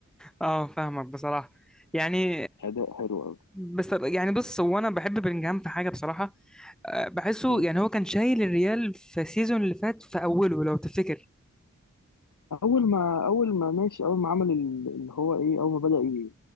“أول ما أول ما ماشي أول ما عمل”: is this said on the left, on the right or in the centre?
Left